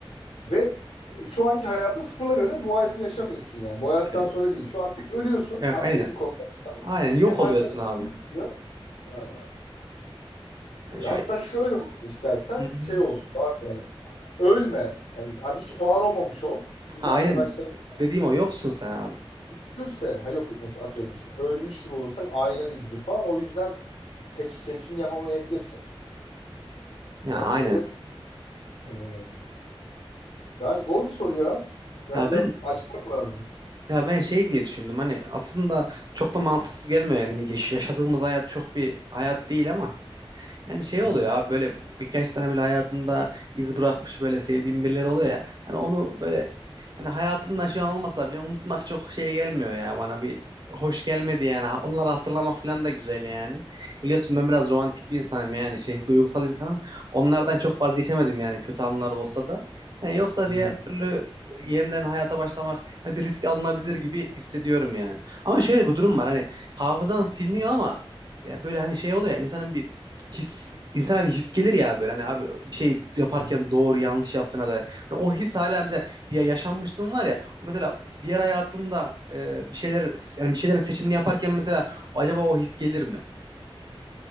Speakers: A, on the left; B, on the right.
A: Ve e, şu anki hayatın sıfırlanıyor değil mi? Bu hayatı yaşamıyorsun yani. Bu hayattan
B: Evet.
A: sonra değil. Şu artık ölüyorsun.
B: Evet,
A: Az
B: aynen.
A: teknik olarak. yani.
B: Aynen yok
A: Senin
B: oluyorsun
A: arkadaşlar
B: abi.
A: ölüyor. Ha.
B: Yani
A: E,
B: şöyle
A: Hatta şöyle olsun istersen
B: Hı hı.
A: şey olsun. Daha yani ölme. Yani hiç var olmamış ol. Çünkü
B: Ha
A: arkadaşların
B: aynen dediğim
A: şimdi
B: o yoksun sen abi.
A: üzülürse ha yok yok mesela atıyorum işte, ölmüş gibi olursan ailen üzülür falan. O yüzden seç, seçimini yapamayabilirsin.
B: Ya
A: Yani
B: aynen.
A: özetle Hmm. Yani zor bir soru ya. Yani
B: Ya
A: biraz
B: ben
A: açmak lazım.
B: ya ben şey diye düşündüm. Hani aslında çok da mantıksız gelmiyor yani yaş- yaşadığımız hayat çok bir hayat değil ama Yani şey
A: Hı
B: oluyor
A: hı.
B: abi böyle birkaç tane böyle hayatında iz bırakmış böyle sevdiğim birileri oluyor ya. Hani onu böyle hani hayatında şu an olmasa bile unutmak çok şey gelmiyor ya bana bir hoş gelmedi yani. Ha- Onları hatırlamak falan da güzel yani. Biliyorsun ben biraz romantik bir insanım yani şey duygusal insanım. Onlardan çok vazgeçemedim yani kötü anılar olsa da. Hani yoksa
A: Hı
B: diğer türlü e, yeniden hayata başlamak hani bir risk alınabilir gibi hissediyorum yani. Ama şöyle bir durum var hani hafızan siliniyor ama ya böyle hani şey oluyor ya insanın bir his insana bir his gelir ya böyle hani abi bir şey yaparken
A: hı.
B: doğru yanlış yaptığına dair. Hani o his hala mesela bir yaşanmışlığın var ya o mesela diğer hayatında e, bir şeyler yani bir şeylerin seçimini yaparken mesela acaba o his gelir mi?